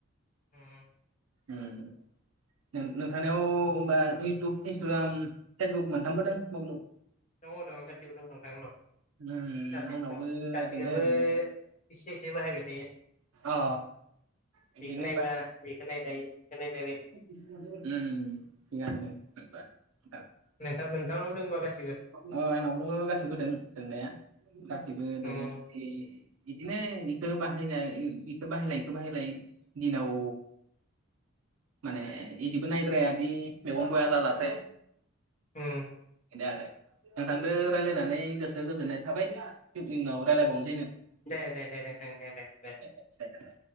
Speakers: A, on the left (about 35°); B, on the right (about 80°).
A: उम
B: नोंथांनायाव होमबा इउटुब इन्सटाग्राम फेक्सबुक मोनथामबोदों मबेलाव
A: दङ दङ गासिबो दङ नोंथां'
B: उम
A: गासैबो
B: आंनावबो
A: दं। गासिखौबो
B: दोङो दोंनाया
A: एसे एसे बाहायबाय थायो।
B: अ बिदिनो
A: बेखौ नायबा बेखौ नायलाय बेखौ नायलाय
B: ओ थिगानो दं ओमबा नोंथां।
A: नोंथां नोंथांनाव दं ओमबा गासिबो।
B: अ आंनावबो दं दङो गासैबो दों दोंनाया गासैबो
A: उम
B: दोङ। ए बिदिनो इखो बाहायलाय इखो बाहायलाय इखो बाहायलाय दिनाव माने इदिबो नायद्रायादि मेगं बया जाजासे
A: उम।
B: बेनो आरो नोंथांजों रायज्लायनानै गोसो गोजोननाय थाबाय उनाव रायलायबावनो
A: दे दे दे दे दे दे दे दे।
B: <inaudible>